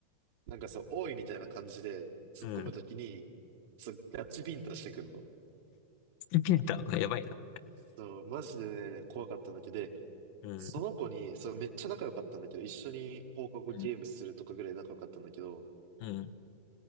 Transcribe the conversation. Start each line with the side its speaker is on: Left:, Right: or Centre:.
Right: なんかそう、おいみたいな感じで突っ込むときに、
Left: うん。
Right: そう、ガチビンタしてくんの。
Left: ビンタ、やばいな。
Right: そう、マジでね、怖かったんだけど、で
Left: うん。
Right: その子に、そう、めっちゃ仲良かったんだけど、一緒に放課後ゲームするとかぐらい仲良かったんだけど、
Left: うん。うん。